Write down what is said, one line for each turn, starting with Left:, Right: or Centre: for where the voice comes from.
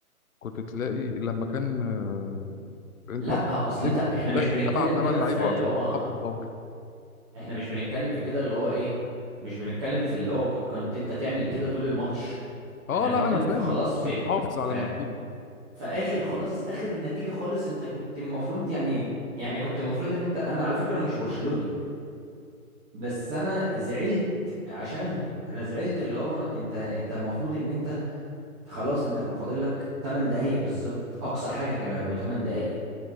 Left: كنت تلاقي لما كان آه، الانتر
Right: لا اصل انت احنا
Left: كنت
Right: مش
Left: تلاقي
Right: بنتكلم
Left: سبعة ثمان
Right: كده في
Left: لعيبه
Right: اللي
Left: واقفين
Right: هو
Left: في خط الظهر
Right: احنا مش بنتكلم في كده اللي هو ايه مش بنتكلم في اللي هو كنت انت تعمل كده طول الماتش
Left: اه
Right: احنا بنتكلم
Left: لا انا فاهم
Right: في خلاص
Left: عشان
Right: في
Left: تحافظ على
Right: في
Left: النتيجه
Right: في اخر خلاص اخر النتيجة خالص انت كنت المفروض يعني يعني كنت المفروض ان انت انا على فكرة مش برشلوني بس انا زعلت عشانهم انا زعلت اللي هو انت انت المفروض ان انت خلاص انت كان فاضل لك 8 دقايق بالظبط اقصى حاجه كانوا هيبقوا 8 دقايق